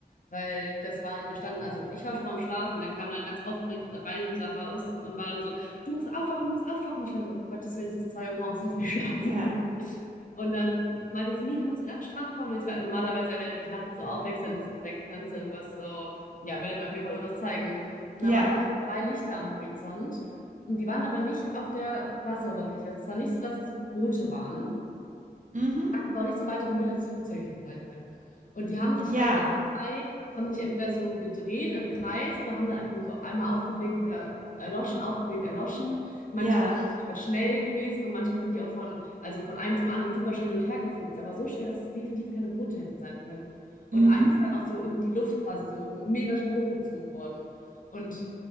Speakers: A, on the left; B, on the right.
A: Weil das waren, wir standen, also ich war schon am Schlafen, der kam dann ganz aufgeregt äh, rein in unser Haus und war dann nur so, du musst aufwachen, du musst aufwachen. Ich war so, Gottes Willen, es ist 2 Uhr morgens, lass mich schlafen.
B: Ja.
A: <laughs> Und dann meinte sie, nee, du musst wieder an den Strand kommen. Und ich war, normalerweise, wenn er mich nachts so aufwächst, dann ist, weg, dann ist da irgendwas so, ja, will er mir auf jeden Fall irgendwas zeigen. Und dann
B: Ja.
A: waren da drei Lichter am Horizont. Und die waren aber nicht auf der Wasseroberfläche. Also es war nicht so, dass es Boote waren,
B: Mhm.
A: aber auch nicht so weit im Himmel, dass es Flugzeuge hätten sein können. Und die haben sich
B: Ja.
A: halt alle drei, haben sich entweder so gedreht im Kreis oder haben dann einfach nur so einmal aufgeblinkt, wieder erloschen, aufgeblinkt, erloschen. Manchmal
B: Ja.
A: sind die schnell gewesen und manchmal sind die auch von, also von einem zum anderen super schnell hin und her geflitzt, aber so schnell, dass es definitiv keine Boote hätten sein können. Und
B: Mhm.
A: eins ist dann auch so in die Luft quasi so mega schnell hochgezogen worden. Und